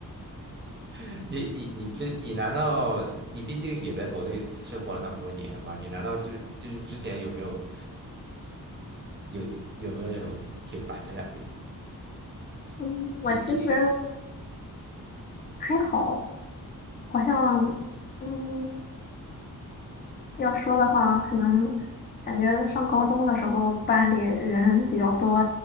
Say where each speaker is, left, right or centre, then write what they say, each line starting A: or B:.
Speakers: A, on the right (about 30°); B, on the left (about 25°).
A: <laughs> 你你你这你难道你毕竟也在国内生活了那么多年嘛？你难道就就是之前有没有有有没有那种挺挺烦的感觉，
B: 嗯，我其实
A: 一一直被打？
B: 还好，好像，嗯，要说的话，可能感觉上高中的时候班里人比较多，